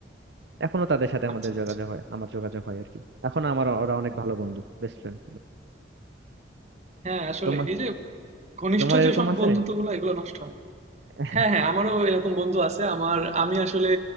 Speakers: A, on the right; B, on the right.
A: এখনো তাদের সাথে আমাদের
B: আচ্ছা
A: যোগাযোগ
B: আচ্ছা
A: হয় আমার যোগাযোগ হয় আর কি এখন আমার ও- ওরা অনেক ভালো বন্ধু বেস্ট ফ্রেন্ড
B: হ্যাঁ আসলে
A: তোমার
B: এই যে ঘনিষ্ঠ
A: তোমার
B: যে
A: এরকম
B: সব
A: আছে
B: বন্ধুত্ব গুলো এগুলো নষ্ট হয় না।
A: <laughs>
B: হ্যাঁ হ্যাঁ আমারও এরকম বন্ধু আছে আমার আমি আসলে